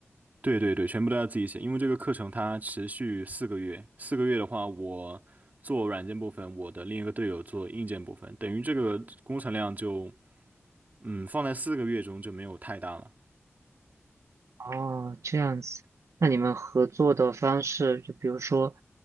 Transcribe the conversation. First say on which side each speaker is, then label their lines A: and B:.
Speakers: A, on the right; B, on the right.
A: 对对对，全部都要自己写，因为这个课程它持续四个月，四个月的话，我做软件部分，我的另一个队友做硬件部分，等于这个工程量就，嗯，放在四个月中就没有太大了。
B: 哦，这样子，那你们合作的方式，就比如说，